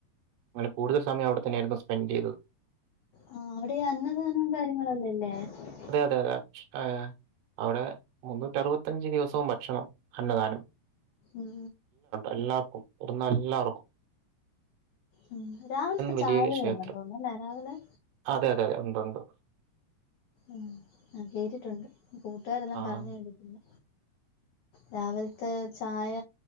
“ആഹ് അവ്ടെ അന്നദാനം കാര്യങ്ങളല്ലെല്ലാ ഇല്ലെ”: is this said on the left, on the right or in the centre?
Left